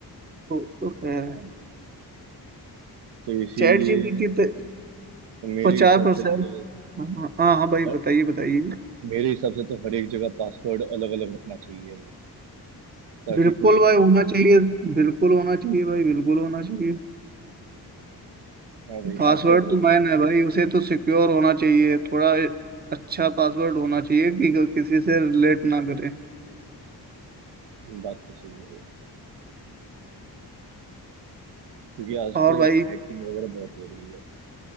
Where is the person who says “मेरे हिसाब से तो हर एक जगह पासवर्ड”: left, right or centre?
Right